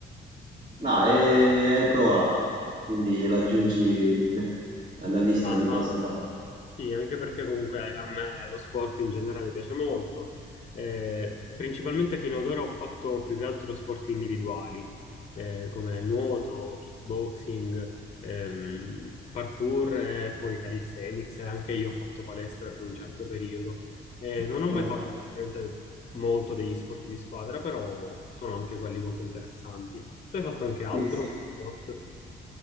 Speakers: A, on the right; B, on the left.
A: No, e hai provato, quindi lo
B: Sì.
A: aggiungi eh, alla
B: Ci
A: lista
B: sta,
A: di
B: ma
A: cose fatte.
B: Sì, anche perché comunque a me lo sport in generale piace molto. Eh, principalmente fino ad ora ho fatto più che altro sport individuali, eh, come nuoto, kickboxing, ehm, parkour e poi calisthenics. E Anche io ho fatto palestra per un certo periodo. Eh, non ho
A: Ah,
B: mai fatto effettivamente molto degli sport di squadra, però sono anche quelli molto interessanti. Tu hai fatto anche altro
A: Sì, sì.
B: sport?